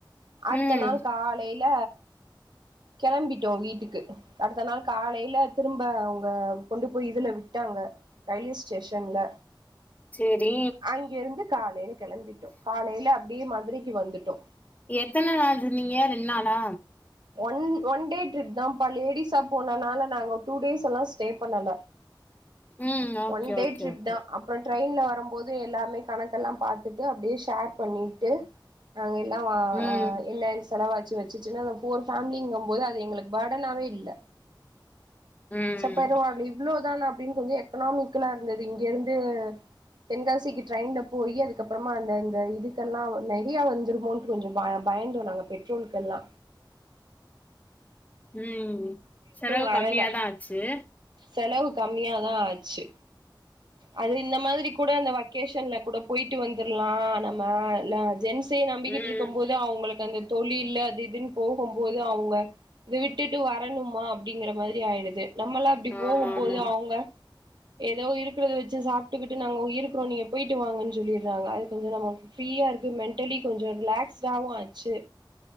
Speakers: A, on the right (about 65°); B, on the left (about 20°).
A: அடுத்த
B: ம்
A: நாள் காலை இல்ல கிளம்பிட்டோ வீட்டுக்கு அடுத்த நாள் காலையில திரும்ப அவுங்க கொண்டு போய் இதுல விட்டாங்க ரயில்வே ஸ்டேஷன்ல
B: செரி
A: அங்கிருந்து காலையில கிளம்பிட்டோ காலையில அப்டியே மதுரைக்கு வந்துட்டோ
B: எத்தன நாள் இருந்தீங்க ரெண்டு நாளா
A: ஒன் ஒன் டே ட்ரிப் தாம்ப்பா லேடிஸா போனனால நாங்க டூ டேஸ் எல்லா ஸ்டே பண்ணல
B: ம் okay
A: one day
B: okay
A: trip
B: okay
A: தா அப்புற ட்ரெயின்ல வரும் போது எல்லாமே கணக்கெல்லா பாத்துட்டு அப்டியே ஷேர் பண்ணிட்டு அங்க எல்லா வா
B: ம்
A: இல்லே செலவா ச்சி வச்சிசினா ஒரு ஃபேமிலி இங்கும் போது அது எங்களுக்கு ஃபா்டனாவே இல்ல
B: ம்
A: ச பரவால்ல இவ்ளோ தா அப்டின்னு கொஞ்ச எக்கனாமிக்கலா இருந்தது இங்கிருந்து தென்காசிக்கு ட்ரெயின்ல போயி அதுக்கப்புறமா அந்த அந்த இது கெல்லா நெறைய வந்துருமோன்ட்டு கொஞ்ச ப பயந்தோ நாங்க பெட்ரோலுகெல்லா
B: உம் செலவு
A: வரல
B: கம்மியாதா ஆச்சி
A: செலவு கம்மியாதா ஆச்சி அது இந்த மாதிரி கூட அந்த வக்கேஷன்ல கூட போயிட்டு வந்துற்லா நம்ம லா ஜென்ஸ் ஸே நம்பிக்கிட்டு
B: ம்
A: இருக்கும் போது அவங்களுக்கு அந் தொழில்ல அது இதுன்னு போகும்போது அவுங்க இத விட்டு வரணுமா அப்டிங்கற மாரி ஆயிடுது நம்மெல்லா அப்டி போகும்போது
B: ஆமா ஆமா
A: அவுங்க ஏதோ இருக்கிறத வச்சி சாப்ட்டுக்கிட்டு நாங்க இருக்கிறோ நீங்க போயிட்டு வாங்கன் சொல்லிர்றாங்க அது கொஞ்ச நமக்கு ஃப்ரீயா இருக்கு மென்டலி கொஞ்சொ ரிலாக்ஸ்டாவு ஆச்சு